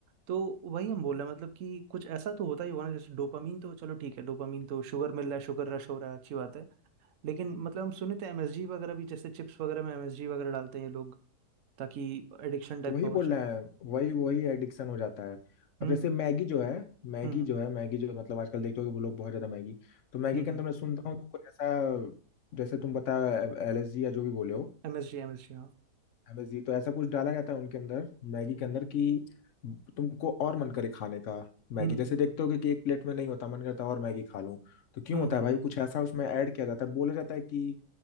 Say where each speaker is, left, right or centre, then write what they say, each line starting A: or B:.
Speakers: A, on the right (about 60°); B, on the left (about 65°).
A: तो वही हम बोल रहे हैं मतलब कि कुछ ऐसा तो होता ही होगा ना जैसे डोपामीन तो चलो ठीक है डोपामीन तो शुगर मिल रहा है शुगर रश हो रहा है अच्छी बात है लेकिन मतलब हम सुने थे एमएसजी वगैरह भी जैसे चिप्स वगैरह में एमएसजी वगैरह डालते हैं ये लोग ताकि एडिक्शन टाइप
B: तो वही
A: का हो
B: बोल
A: जाए
B: रहा है वही वही एडिक्शन हो जाता है
A: हम्म
B: अब जैसे मैगी जो है मैगी
A: हम्म
B: जो है मैगी जो मतलब आजकल देखते हो कि वो लोग बहुत ज्यादा मैगी तो मैगी
A: हम्म
B: के अंदर मैं सुनता हूँ कि कोई ऐसा जैसे तुम बता एलएसजी या जो भी बोले हो
A: MSG MSG
B: एमएसजी तो ऐसा कुछ डाला जाता है उनके अंदर मैगी के अंदर कि तुमको और मन करे खाने का मैगी
A: हम्म
B: जैसे
A: हम्म
B: देखते हो कि एक प्लेट में नहीं होता मन करता है और मैगी खा लूं तो क्यों
A: हम्म
B: होता
A: हम्म,
B: है भाई
A: हम्म, हम्म।
B: कुछ ऐसा उसमें ऐड किया जाता है बोला जाता है कि